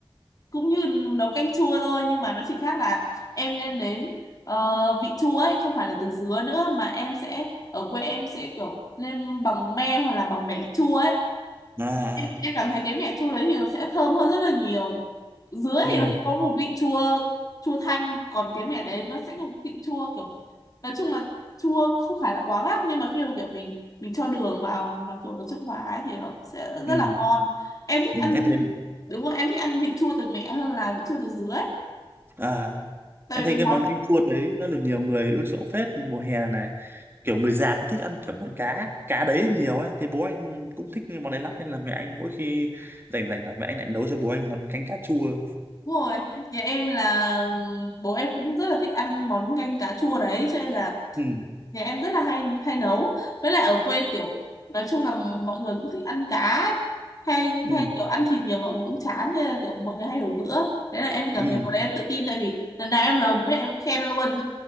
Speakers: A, on the left (about 40°); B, on the right (about 25°).
A: cũng như nấu canh chua thôi nhưng mà nó chỉ khác là em nêm nếm ờ, vị chua ấy không phải là từ dứa nữa mà em sẽ ở quê em sẽ kiểu nêm bằng me hoặc là bằng mẻ chua ấy
B: À. à,
A: em,
B: à.
A: em cảm thấy cái mẻ chua đấy thì nó sẽ thơm hơn rất là nhiều dứa
B: Ừ.
A: thì nó sẽ có một vị chua chua thanh còn cái mẻ đấy nó sẽ có một vị chua kiểu nói chung là chua không phải là quá gắt nhưng mà khi mà kiểu mình mình cho đường vào nó kiểu nó trung hòa ấy thì nó sẽ
B: Ừ.
A: rất là ngon em thích
B: Ừ.
A: ăn
B: Em thấy
A: đúng rồi em thích ăn vị chua từ mẹ hơn là vị chua từ dứa ấy
B: à
A: tại
B: em
A: vì
B: thấy
A: cái
B: cái
A: món
B: món canh chua đấy nó được nhiều người ưa chuộng phết mùa hè này. Kiểu người già cũng thích ăn kiểu món cá, cá đấy nhiều ấy. Thì bố anh cũng thích cái món đấy lắm nên là mẹ anh mỗi khi rảnh rảnh là mẹ anh lại nấu cho bố anh món canh cá chua.
A: đúng rồi nhà em là bố em cũng rất là thích ăn món canh cá chua đấy cho nên là
B: Ừ.
A: nhà em rất là hay hay nấu với lại ở quê kiểu nói chung là mọi người cũng thích ăn cá ấy. hay
B: Ừ.
A: hay kiểu ăn thịt nhiều mọi người cũng chán nên là kiểu mọi người hay đổi bữa đấy là em cảm
B: ừ
A: thấy bọn em tự tin tại vì lần nào em nấu bố mẹ em cũng khen luôn